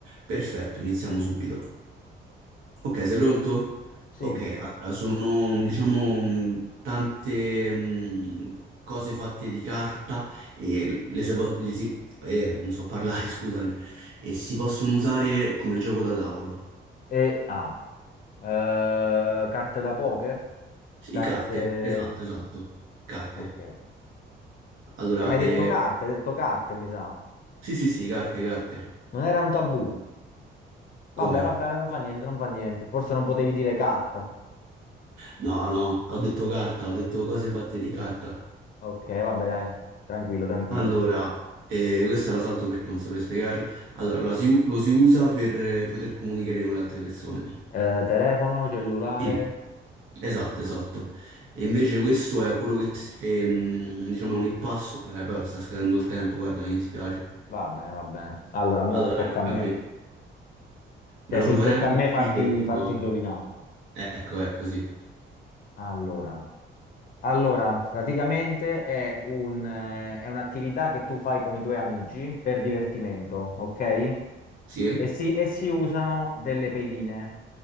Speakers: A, on the right (about 85°); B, on the left (about 45°).
A: Perfetto, iniziamo subito. Ok, sei pronto?
B: Sì.
A: Ok, allora sono diciamo mh, tante mh, f- cose fatte di carta e le si po- li si- eh, non so parlare, <laughs> scusami, e si possono usare come gioco da tavolo.
B: E ah, eh, carte da poker?
A: Sì,
B: Carte...
A: carte, esatto, esatto, carte.
B: Ok. Hai
A: Allora,
B: mai
A: eh,
B: detto carte? Hai detto carte, mi sa.
A: sì, sì, sì, carte, carte.
B: Non era un tabù. Vabbè,
A: Come?
B: vabbè, non fa niente, non fa niente. Forse non potevi dire carta.
A: No, no, ho detto carta, ho detto cose fatte di carta.
B: Ok, vabbè, dai, tranquillo, tranquillo.
A: Allora, eh, questa la salto perché non saprei spiegarla. Allora, la si u- lo si usa per eh, poter comunicare con le altre persone.
B: Eh, telefono, cellulare,
A: Sì, Esatto, esatto. E invece questo è quello che, s- è, mm, diciamo, è un impasto. Eh, beh, sta scadendo il tempo, guarda, mi dispiace.
B: va bene, va bene. Allora, mo
A: Allora,
B: tocca
A: dai, tocca
B: a me.
A: a me.
B: Cioè,
A: Me la
B: sì,
A: puoi fare
B: tocca
A: anche
B: a me
A: più
B: farti,
A: difficile questo?
B: farti indovinare.
A: Ecco, ecco, sì.
B: Allora, allora, praticamente è un, eh, è un'attività che tu fai con i tuoi amici per divertimento, ok?
A: Sì?
B: E si, e si usano delle pedine.